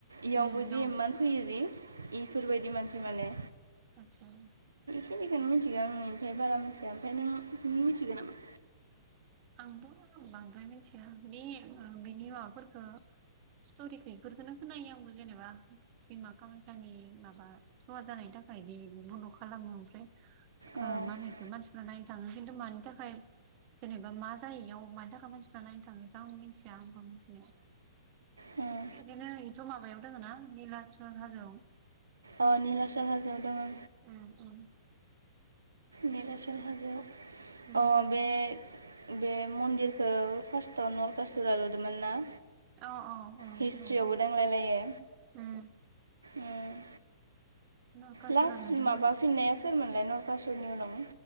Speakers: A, on the right; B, on the right.
A: इयावबो
B: उम दं
A: जि इमान फैयो जि इफोरबायदि मानसि माने।
B: आतसा।
A: बेखिनिखौनो मिथिगौ आङो ओमफ्राय बारा मिथिया ओमफ्राय नों-नों मिथिगो नामा?
B: आंथ' बांद्राय मिथिया बे माबा बेनि माबाफोरखो। स्टरिखो इफोरखोनो खोनायो आंबो जेनेबा बिमा कामाख्यानि माबा सुवा जानाय। थाखाय इदि बन्द' खालामो ओमफ्राय। ओ
A: अ
B: मा होनो इखो मानसिफोरा नायनो थाङो किन्तु मानि थाखाय जेनेबा। बा मा जायो इयाव मानि थाखाय मानसिफोरा नायनो थाङो? इखौ आं मिथिया।
A: अ अ
B: इदिनो इथ' मा। माबायाव दङ ना निलाचल हाजोआव?
A: अ निलासल हाजोआव दङो।
B: ओम-ओम।
A: निलासल हाजोआ
B: उम
A: अ बे। बे मन्दिरखौ फार्स्टआव नरकासुरा लुदोंमोन ना?
B: अ-अ-अ
A: हिस्ट्रियावबो
B: नंगौ
A: दांलायलायो
B: उम।
A: उम
B: नरकासुरा
A: लास्ट
B: नुदोंमोन
A: माबाफिननाया सोरमोनलाय नरकासुरनि उनाव?